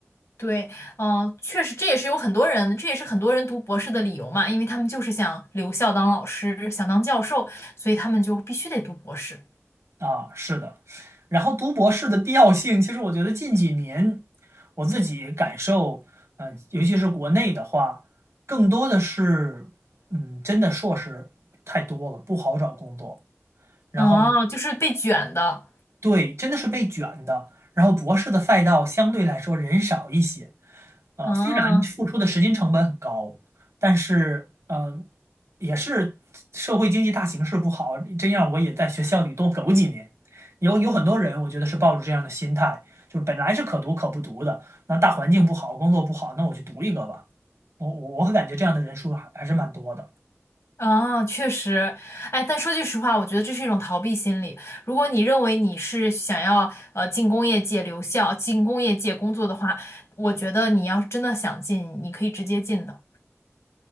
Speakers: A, on the left; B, on the right.
A: 对，嗯、确实，这也是有很多人，这也是很多人读博士的理由嘛，因为他们就是想留校当老师，想当教授，所以他们就必须得读博士。
B: 啊，是的。然后读博士的必要性，其实我觉得近几年我自己感受，嗯、尤其是国内的话，更多的是，嗯，真的硕士太多了，不好找工作。然后
A: 啊，就是被卷的。
B: 对，真的是被卷的。然后博士的赛道相对来说人少一些，呃，
A: 啊
B: 虽然付出的时间成本很高，但是嗯，也是社会经济大形势不好，这样我也在学校里多苟几年。有有很多人，我觉得是抱着这样的心态，就是本来是可读可不读的，那大环境不好，工作不好，那我就读一个吧。我我我感觉这样的人数还还是蛮多的。
A: 啊，确实，哎，但说句实话，我觉得这是一种逃避心理。如果你认为你是想要呃进工业界留校、进工业界工作的话，我觉得你要是真的想进，你可以直接进的。